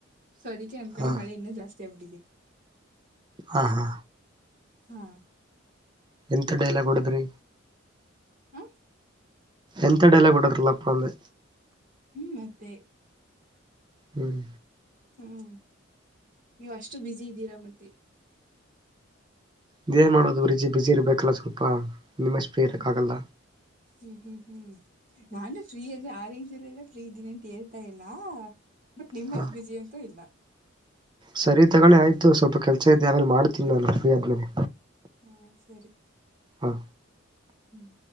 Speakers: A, on the right; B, on the right.
A: ಸೊ ಅದಕ್ಕೆ ನಮ್ ಕಡೆ
B: ಹಾ
A: ಮಳೆ ಇನ್ನುೂ ಜಾಸ್ತಿ ಬಡಿದೆ
B: ಹಾ ಹಾ
A: ಹ್ಮ
B: ಎಂತ ಡೈಲಾಗ್ ಹೊಡದ್ರಿ
A: ಹ
B: ಎಂತ ಡೈಲಾಗ್ ಹೊಡೆದ್ರಲ್ಲಪ್ಪ ಅಂದು
A: ಮತ್ತೆ
B: ಹ್ಮ್
A: ಹ್ಮ್ ನೀವ್ ಅಷ್ಟು ಬ್ಯುಸಿ ಇದ್ದೀರಾ ಮತ್ತೆ
B: ಇದ ಏನ್ ಮಾಡೋದು ಬ್ರಿಜ್ ಬಿಸಿ ಇರ್ಬೇಕಲ್ಲ ಸ್ವಲ್ಪ ನಿಮ್ಮಷ್ಟಪ
A: ಹ್ಮ್
B: ಇರಕ್ಕ ಆಗಲ್ಲ
A: ಹ್ಮ್ ಹ್ಮ್ ಹ್ಮ್ ನಾನು ಫ್ರೀ ಅದೆ ಆರೇಂಜ್ಲ್ಲಲ್ಲ ಫ್ರೀ ಇದ್ದೀನಿ ಅಂತ ಹೇಳ್ತಾ ಇಲ್ಲ ಬಟ್ ನಿಮ್ಮಷ್
B: ಹಾ
A: ಬಿಜಿ ಅಂತೂ ಇಲ್ಲ.
B: ಸರಿ ತಗೊಳ್ಳಿ ಆಯ್ತು ಸ್ವಲ್ಪ ಕೆಲ್ಸ ಇದೆ ಆಮೇಲೆ ಮಾಡ್ತೀನಿ ನಾನ್ ಫ್ರೀ ಆದ್ಮೇಲೆ.
A: ಹಂ ಸರಿ.
B: ಹಾ
A: ಹ್ಮ್